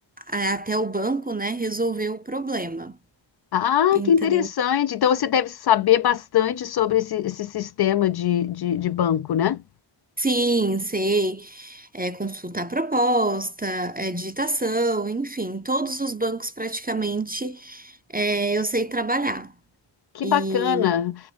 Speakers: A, on the right; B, on the left.
A: ah, até o banco, né, resolver o problema.
B: Ah,
A: Então,
B: que interessante. Então, você deve saber bastante sobre esse, esse sistema de, de, de banco, né?
A: Sim, sei. É, consultar proposta, é, digitação, enfim, todos os bancos praticamente é, eu sei trabalhar.
B: Que
A: E
B: bacana.